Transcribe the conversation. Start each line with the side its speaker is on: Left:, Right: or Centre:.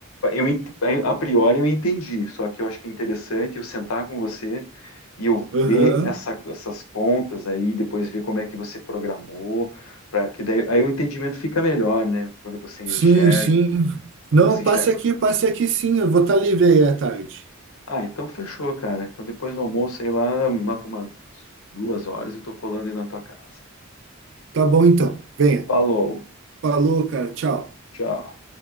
Left: eu ent- a priori eu entendi, só que eu acho que é interessante eu sentar com você e eu ver
Right: Aham.
Left: essa- essas contas aí, depois ver como é que você programou, para que daí aí o entendimento fica melhor, né? Quando você
Right: Sim,
Left: enxerga.
Right: sim.
Left: Quando
Right: Não,
Left: você
Right: passe
Left: chega.
Right: aqui, passe aqui sim, eu vou estar livre aí à tarde.
Left: Ah, então fechou, cara. Então depois do almoço, sei lá, lá por umas duas horas eu tô colando aí na tua casa.
Right: Tá bom então. Venha.
Left: Falou,
Right: Falou, cara. Tchau.
Left: tchau.